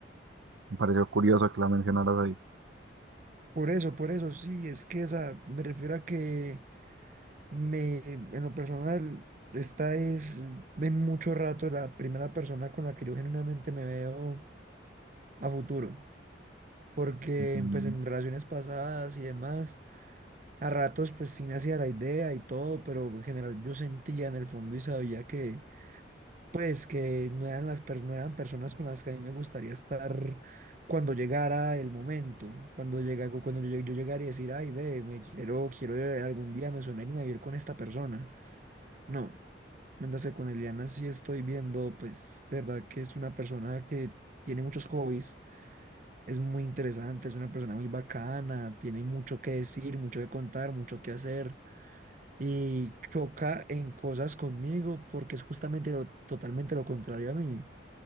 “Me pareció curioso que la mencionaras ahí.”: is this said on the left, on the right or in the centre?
Right